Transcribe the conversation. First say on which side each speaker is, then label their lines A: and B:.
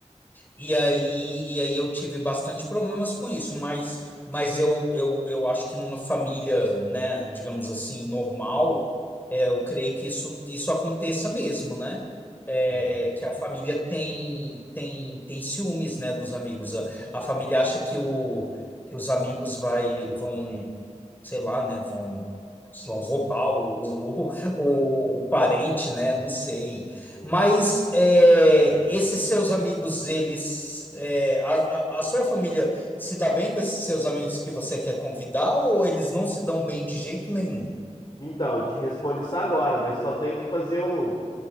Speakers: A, on the left; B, on the left.
A: E aí, e aí eu tive bastante problemas com isso, mas, mas eu, eu, eu acho que numa família, né, digamos assim, normal, é, eu creio que isso, isso aconteça mesmo, né? É,
B: Hum,
A: que a família tem, tem, tem ciúmes, né, dos amigos. A, a família acha que, o, que os amigos vai,
B: hum,
A: vão sei lá, né? Vão, vão roubar o, o, o- o parente, né? Não sei.
B: hum.
A: Mas é, esses seus amigos, eles. é, a, a- a sua família se dá bem com esses seus amigos que você quer convidar ou eles não se dão bem de jeito nenhum?
B: Então, te respondo isso agora, mas só tenho que fazer um,